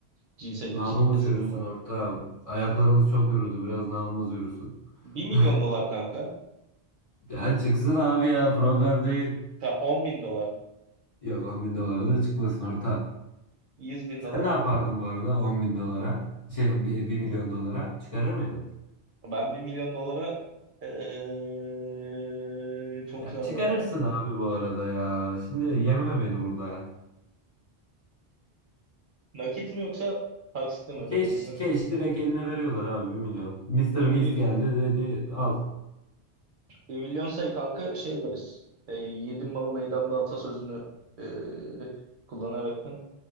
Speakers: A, on the right; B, on the left.
A: Cinsel ilişki
B: Namımız
A: kasetin
B: yürüsün
A: var.
B: ortağım. Ayaklarımız çok yürüdü. Biraz namımız yürüsün.
A: bir milyon
B: <laughs>
A: dolar kanka.
B: Ya çıksın abi ya. Problem değil.
A: Ya 10 bin dolar.
B: Yok 10 bin dolara da çıkmasın ortağım.
A: yüz bin
B: Sen
A: dolar.
B: ne yapardın bu arada 10 bin dolara? Şey bir milyon dolara çıkarır mıydın?
A: Ben bir milyon dolara eee, çok
B: Ya
A: zor
B: çıkarırsın
A: ya.
B: abi bu arada ya. Şimdi yeme beni burada.
A: Nakit mi yoksa taksitle mi ödüyorlar
B: Keş,
A: onu?
B: keş direkt eline veriyorlar abi bir milyon. Mister
A: 1
B: Beast geldi dedi al. <laughs>
A: Bir milyon sayı kanka şey deriz. E, yedim malı meydanda atasözünü e, kullanarak ben